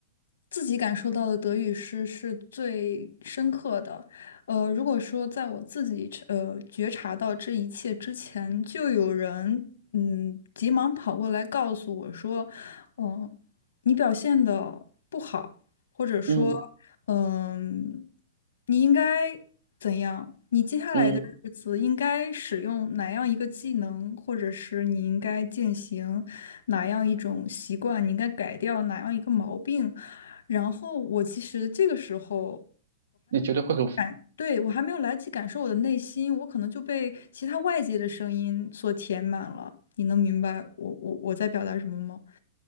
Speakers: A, on the left; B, on the right.
A: 自己感受到的德语诗是最深刻的。呃，如果说在我自己呃觉察到这一切之前，就有人嗯急忙跑过来告诉我说，嗯、你表现的不好。或者说
B: 嗯
A: 嗯，你应该怎样？你接下来的日子应该使用哪样一个技能，
B: 嗯，
A: 或者是你应该践行哪样一种习惯，你应该改掉哪样一个毛病。然后我其实这个时候
B: 你觉得会很
A: 感，对，我还没有来得及感受我的内心，我可能就被其他外界的声音所填满了。你能明白我我我在表达什么吗？